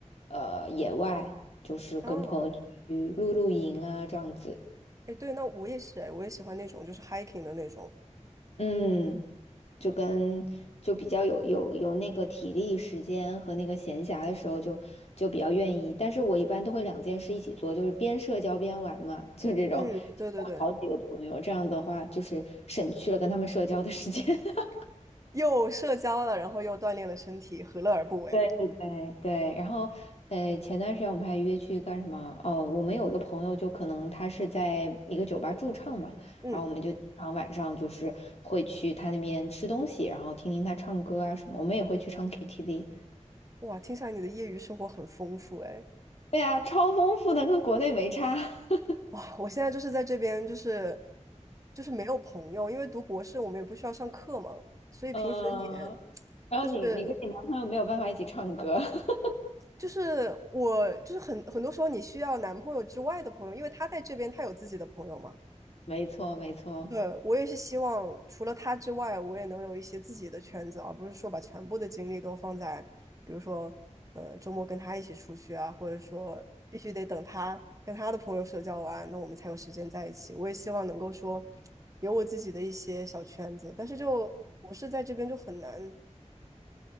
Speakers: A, on the left (about 60°); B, on the right (about 25°).
A: 呃野外，就是跟朋友去露露营啊，
B: <laughs> 嗯，
A: 这样子。
B: 哎，对，那我也是，哎，我也喜欢那种就是 hiking 的那种。
A: 嗯。就跟就比较有有有那个体力、时间和那个闲暇的时候就，就比较愿意。但是我一般都会两件事一起做，就是边社交边玩嘛，就这种，
B: 嗯，
A: 就好几个朋友，
B: 对对对。
A: 这样的话就是省去了跟他们社交的时间。<laughs>
B: 又社交了，然后又锻炼了身体，何乐而不为？
A: 对对对对，然后呃，前段时间我们还约去干什么？哦，我们有一个朋友，就可能他是在一个酒吧驻唱嘛，
B: 嗯，
A: 然后我们就经常晚上就是会去他那边吃东西，然后听听他唱歌啊什么，我们也会去唱 KTV。
B: 哇，听起来你的业余生活很丰富哎。
A: 对啊，超丰富的，跟国内没差。<laughs>
B: 哇，我现在就是在这边，就是就是没有朋友，因为读博士我们也不需要上课嘛，所以平时也
A: 嗯，然后你你跟你男朋友没有办法一起唱歌，
B: 就是
A: <laughs>
B: 就是我就是很很多时候你需要男朋友之外的朋友，因为他在这边他有自己的朋友嘛，
A: 没错，没错，
B: 对，我也是希望，除了他之外，我也能有一些自己的圈子，而不是说把全部的精力都放在，比如说，呃，周末跟他一起出去啊，或者说必须得等他跟他的朋友社交完，那我们才有时间在一起。我也希望能够说，有我自己的一些小圈子，但是就我是在这边就很难，